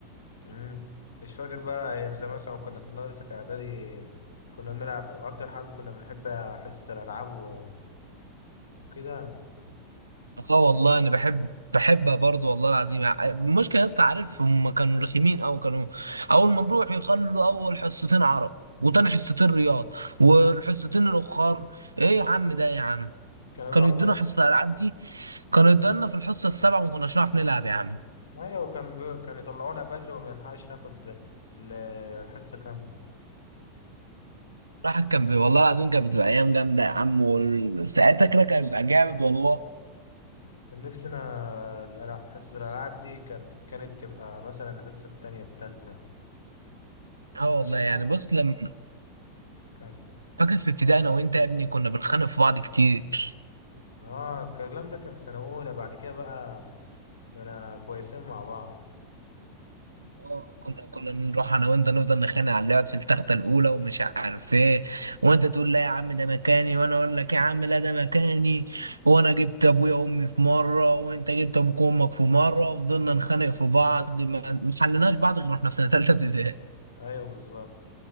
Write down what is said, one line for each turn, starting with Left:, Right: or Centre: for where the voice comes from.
Left: مم. مش فاكر بقى أيام زمان مثلا كنا في المدرسة في إعدادي كنا بنلعب وأكتر حاجة كنا بنحب حصة الألعاب و- وكده
Right: اه والله انا بحب بحب برضه والله العظيم المشكله يا اسطى عارف هم كانوا رخيمين او كانوا اول ما نروح يخلوا اول حصتين عرب وتاني حصتين رياض والحصتين الاخر ايه يا عم ده يا عم
Left: كانوا
Right: كانوا
Left: بيبقوا عاوزين
Right: يدونا حصه الالعاب دي كانوا يدونا في الحصه السابعه وما كناش نعرف نلعب يا عم
Left: أيوة وكان بي... كانوا يطلعونا بدري ومنلحقش ناخد ال- الحصة كاملة
Right: الواحد كان بي... والله العظيم كانت بتبقى ايام جامده يا عم وساعتها كده كان بيبقى جامد والله
Left: كان نفسي انا الألع- حصة الالعاب دي كانت كانت تبقى مثلا الحصة التانية التالتة
Right: اه
Left: وعشان
Right: والله يعني
Left: نعرف
Right: بص لما
Left: كان
Right: فاكر في ابتدائي انا وانت يا ابني كنا بنخانق في بعض كتير
Left: اه الكلام ده كان في سنة اولى بعد كده بقى بقينا كويسين مع بعض
Right: اه كنا كنا نروح انا وانت نفضل نخانق على اللي يقعد في التخته الاولى ومش عارف ايه وانت تقول لا يا عم ده مكاني وانا اقول لك يا عم لا ده مكاني وانا جبت ابويا وامي في مره وانت جبت ابوك وامك في مره وفضلنا نخانق في بعض ما ما حلناش بعض غير واحنا في سنه ثالثه ابتدائي
Left: ايوه بالظبط